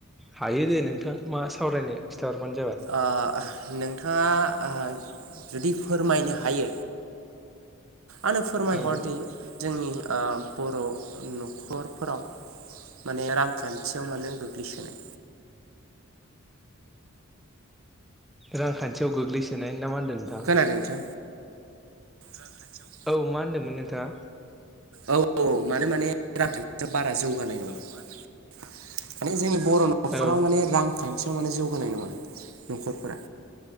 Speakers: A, in the centre; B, on the right.
A: हायो दे नोंथां मा सावरायनो खिथाहरबानो जाबाय।
B: ओ नोंथाङा ओ जुदि फोरमायनो हायो आंनो फोरमायहरदि
A: औ
B: जोंनि बर' न'खरफोराव माने रांखान्थियाव मानो गोग्लैसोनाय?
A: रांखान्थियाव गोग्लैसोनाय ना मा होनदों नोंथां?
B: खोनादों नोंथां? रांखानथियाव
A: औ मा होनदोंमोन नोंथाङा?
B: औ औ माने माने रांखान्थियाव बारा जौगानाय नङा माने जोंनि बर' न'खराव
A: औ
B: माने रांखान्थियाव माने जौगानाय नङा न'खरफोरा।